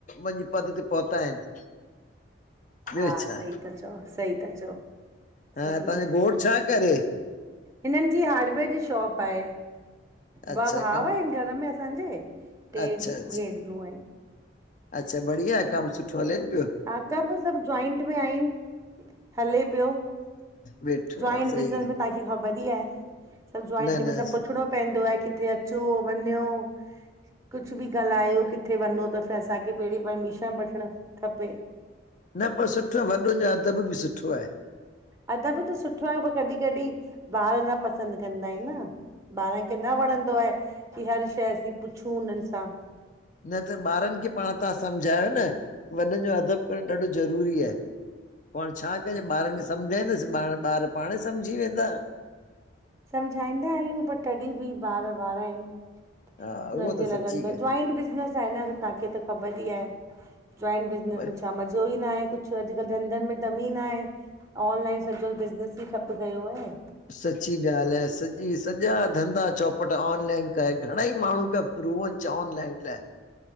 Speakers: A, on the left; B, on the right.
A: वञी पद ते पहुता आहिनि।
B: हा
A: ॿियो छा
B: सही त चओ सही त चओ। सही
A: हअ त्वाजो ॻोट छा करे।
B: हिनन जी हार्डवेयर जी शॉप आहे।
A: अच्छा
B: ॿ ॿाअ
A: कम
B: आहिनि घर में असांजे
A: अच्छा
B: टे दी
A: अच्छा
B: भेनरु आहिनि।
A: अच्छा बढ़िया आहे, कमु सुठो हलेनि पियो
B: हा कब सभु जॉइंट में आहिनि हले पियो।
A: वेठो
B: जॉइंट
A: हा सही
B: बिज़नेस
A: आहे
B: में तांखे ख़बर ई आहे जॉइंट
A: न न
B: में सभ पुछणो पइदो आहे कि हुते अचो वञो कुझ बि ॻाल्हायो किथे वञो त असांखे पहिरीं परमिशन वठण खपे।
A: न पो सुठो वॾनि जो अदब बि सुठो आहे।
B: अदब त सुठो आहे पर कॾहिं कॾहिं ॿार न पसंद कंदा आहिन न। ॿारन खे न वणंदो आहे की हर शइ असीं पुछूं उनन सां।
A: न त ॿारन खे पाण तां सम्झायो न वॾन जो अदब करण ॾाढो ज़रूरी आए। पो हाणे छा कजे ॿारनि खे सम्झाईंदस ॿार ॿार पाणे सम्झी वेंदा।
B: सम्झाईंदा आहियूं पर तॾहिं बि ॿार ॿार आहिनि।
A: हा
B: हुननि
A: उहो
B: खे
A: त
B: लॻंदो
A: सची
B: जॉइंट बिज़नेस हन् तांखे त ख़बर हि आहे जोइन्ट बिजनेस
A: ॻाल्हि
B: में छा मज़ा ज़ो ई न आहे कुझ अॼुकल्ह धंधनि में दम इ ना आहे। ऑनलाइन सॼो बिज़नेस ई ठप कयो आहे।
A: सची ॻाल्हि आहे सॼी सॼा धंधा चौपट ऑनलाइन कये घणई माणून त प्रूव अन चवन ऑनलन लाइ।